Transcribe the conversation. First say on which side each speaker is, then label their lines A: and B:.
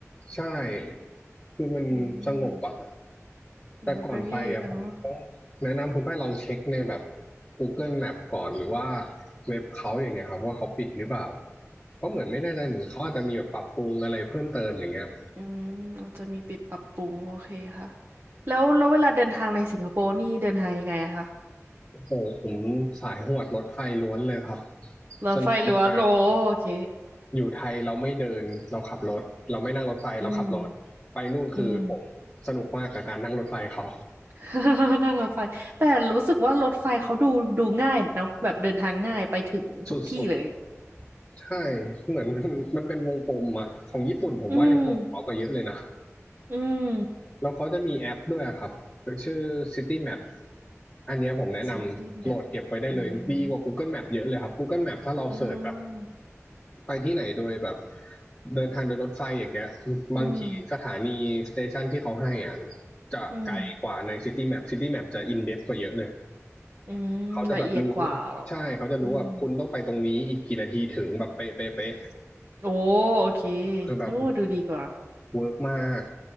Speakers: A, on the left; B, on the right.
A: ใช่คือมันสงบอ่ะ
B: อืม
A: แต่ก่อนไปอ่ะผมต้องแนะนำคุณฝ้ายลองเช็คในแบบ
B: library อ๋อ
A: Google Map ก่อนหรือว่าเว็บเขาอย่างเงี้ยครับว่าเขาปิดหรือเปล่าก็เหมือนไม่แน่ใจเหมือนเขาอาจจะมีแบบปรับปรุงอะไรเพิ่มเติมอย่างเงี้ย
B: อืมเราจะมีปิดปรับปรุงโอเคค่ะแล้วแล้วเวลาเดินทางในสิงคโปร์นี่เดินทางยังไงอะคะ
A: โอ้โหผมสายหวดรถไฟล้วนเลยครับ
B: รถไฟหรือว่โนโอเค
A: สนุกมาก อยู่ไทยเราไม่เดินเราขับรถเราไม่นั่งรถไฟเราขับรถไปนู่นคือผมสนุกมากกับการนั่งรถไฟเขา
B: อืมอืม <laughs> นั่งรถไฟแต่รู้สึกว่ารถไฟเขาดูดูง่ายเนาะแบบเดินทางง่ายไปถึงทุกที่เลย
A: สุดๆใช่เหมือน <laughs> มันมันเป็นวงกลมอะของญี่ปุ่นผมว่ายังปวดหัวกว่าเยอะเลยนะ
B: อืมอืม
A: แล้วเขาจะมีแอปด้วยอะครับชื่อ City Map อันเนี้ยผมแนะนำโหลดเก็บไว้ได้เลยดีกว่า
B: ซิตี้แมปอืม
A: Google Map เยอะเลยครับ Google Map ถ้าเราเสิร์ชแบบ
B: อืม
A: ไปที่ไหนโดยแบบเดินทางโดยรถไฟอย่างเงี้ยบางทีสถานีสเตชันที่เขาให้อ่ะ
B: อืม
A: จะไกลกว่าในซิตี้แมปซิตี้แมปจะอินเด
B: อืม
A: t กว่าเยอะเลย
B: อืมละเอียดกว่าเหรอ
A: เขาจะแบบรู้ใช่เขาจะรู้แบบคุณต้องไปตรงนี้อีกกี่นาทีถึงแบบเป๊ะเป๊ะเป๊ะ
B: อืมโอ้โอเค
A: คือแบบ
B: นึกว่าดูดีกว่า
A: เวิร์กมาก